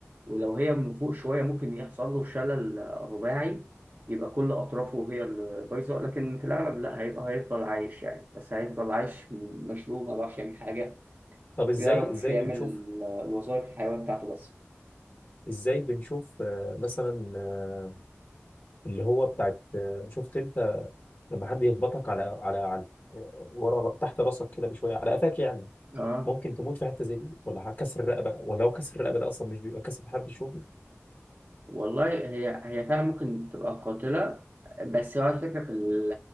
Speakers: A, on the right; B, on the left.
A: ولو هي من فوق شوية ممكن يحصل له شلل رباعي يبقى كل أطرافه هي اللي بايظة لكن في الأغلب لا هيبقى هيفضل عايش يعني بس هيفضل عايش مشلول ما بيعرفش يعمل حاجة
B: طب ازاي
A: بيعرف
B: ازاي
A: يعمل
B: بنشوف
A: الوظائف الحيوية بتاعته بس
B: ازاي بنشوف آه، مثلا آه، اللي هو بتاعت آه، شفت انت لما حد يخبطك على على على ورا تحت راسك كده بشويه على قفاك يعني
A: اه
B: ممكن تموت في حته زي دي ولا كسر الرقبه ولو كسر الرقبه ده اصلا مش بيبقى كسر حبل شوكي
A: والله هي هي فعلا ممكن تبقى قاتلة بس هو الفكرة في ال